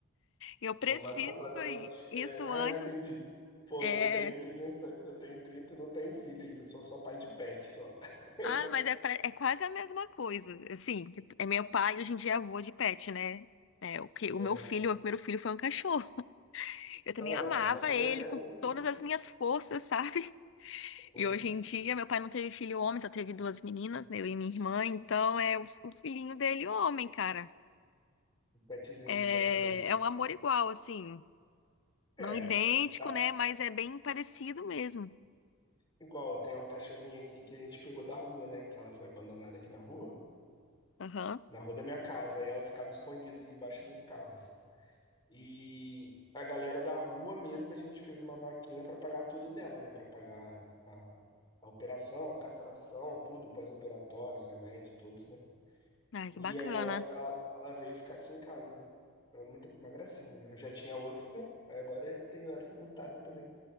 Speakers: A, on the left; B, on the left.
A: Eu preciso
B: Bombado completamente.
A: e isso
B: É, ah,
A: antes.
B: entendi. Pô,
A: É.
B: eu tenho 30, eu tenho 30 e não tenho filho ainda, sou só pai de pet, só. <laughs>
A: Ah, mas é, pra- é quase a mesma coisa. Assim, é meu pai, hoje em dia é avô de pet, né? É, o que, o
B: Uhum.
A: meu filho, o meu primeiro filho foi um cachorro. Eu também
B: É,
A: amava
B: pô, vai começando
A: ele com
B: assim.
A: todas as minhas forças, <laughs> sabe?
B: Uhum.
A: E hoje em dia, meu pai não teve filho homem, só teve duas meninas, né, eu e minha irmã. Então, é o, o filhinho dele homem, cara.
B: um Petzinho,
A: É,
B: um cachorrinho.
A: é um amor igual, assim.
B: É,
A: Não idêntico,
B: dá-
A: né? Mas é bem parecido mesmo.
B: igual, tem uma cachorrinha aqui que a gente pegou da rua, né? Que ela foi abandonada aqui na rua,
A: Aham.
B: na rua da minha casa, e ela ficava escondida debaixo dos carros. E a galera da rua mesmo, a gente fez uma vaquinha para pagar tudo dela, né? Para pagar a, a operação, a castração, tudo, pós-operatórios, remédios, todos, né?
A: Ai,
B: E
A: que bacana.
B: aí ela, ela, ela veio ficar aqui em casa. É muito, uma gracinha. Eu já tinha outra, né? Aí agora eu tenho essa adotada também,